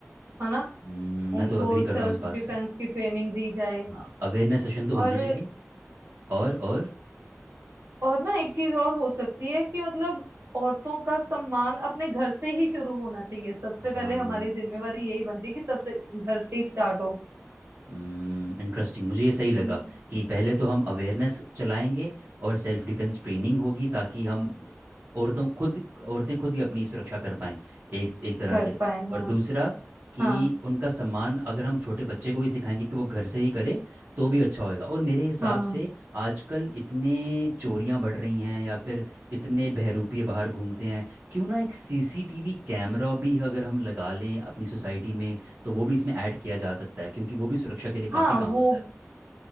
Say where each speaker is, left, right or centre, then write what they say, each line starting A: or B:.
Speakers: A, on the right; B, on the right.
A: है ना
B: हम्म, मैं
A: उनको
B: तो अग्री करता
A: सेल्फ
B: हूँ इस बात
A: डिफेंस
B: से
A: की ट्रेनिंग दी जाए
B: हाँ अवेयरनेस सेशन तो
A: और
B: होने चाहिए और और
A: और ना एक चीज और हो सकती है कि मतलब औरतों का सम्मान अपने घर से ही शुरू होना चाहिए सबसे
B: हाँ
A: पहले हमारी जिम्मेवारी यही बनती है कि सबसे घर से ही स्टार्ट हो
B: इंटरेस्टिंग मुझे ये सही लगा
A: हम्म,
B: कि पहले तो हम अवेयरनेस चलाएंगे और सेल्फ डिफेंस ट्रेनिंग होगी ताकि हम औरतों खुद औरतें खुद ही अपनी सुरक्षा कर पाएं एक एक तरह
A: कर
B: से
A: पाए हाँ
B: और दूसरा कि
A: हाँ
B: उनका सम्मान अगर हम छोटे बच्चे को ही सिखाएंगे कि वो घर से ही करे तो भी अच्छा होएगा और मेरे हिसाब
A: हाँ
B: से आजकल इतने चोरियां बढ़ रही हैं या फिर इतने बहरूपी बाहर घूमते हैं क्यों ना एक सीसीटीवी कैमरा भी अगर हम लगा लें अपनी सोसाइटी में तो वो भी इसमें ऐड किया जा सकता है क्योंकि वो भी सुरक्षा के लिए
A: हाँ
B: काफ़ी काम
A: वो
B: आता है